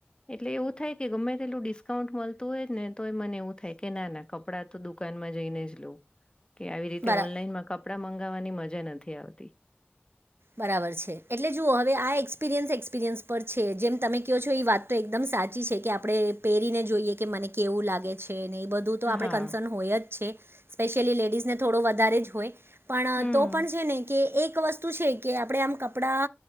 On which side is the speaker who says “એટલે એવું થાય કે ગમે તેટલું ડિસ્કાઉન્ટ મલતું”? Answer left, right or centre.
Left